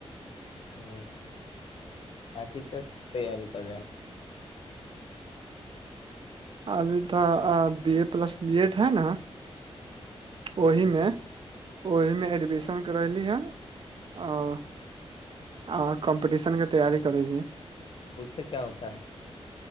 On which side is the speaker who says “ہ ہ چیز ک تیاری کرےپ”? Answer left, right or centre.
Left